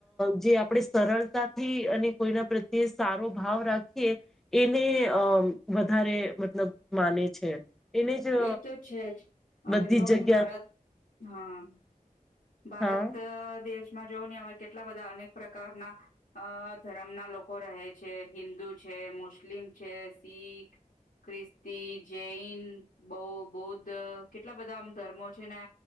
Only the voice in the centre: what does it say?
જે આપણેે. સરળતાથી અને કોઈના પ્રત્યે સારો ભાવ રાખીએ એને અમ વધારે મતલબ માને છે. એને જ
બધી
જ
જગ્યા
હા